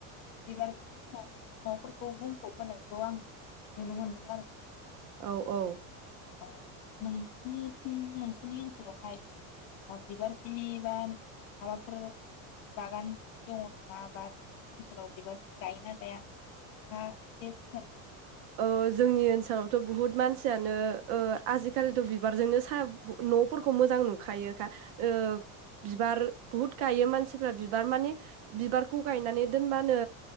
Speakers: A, on the left (about 40°); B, on the right (about 55°).
A: बिबारजोंनो न'फोरखौ बुंफब होनायखौ आं नुनो मोनदों आरो नोंथां
B: औ औ
A: अ नोंसोरनिथिं नोंसोरनि ओनसोलावहाय बिबारफोरनि बा माबाफोर बागानफोर दङ नामा बा नोंसोरनि ओनसोलाव बिबारफोर गायो ना गाया नोंथाङा एसे फोरमायना होनो हागोन नामा?
B: औ जोंनि ओनसोलावथ' बुहुत मानसियानो ओ आजिखालिथ बिबारजोंनो साह नफोरखौ मोजां नुखायोखा ओ बिबार बुहुद गायो मानसिफ्रा बिबार मान बिबारखौ गायनानै दोनबानो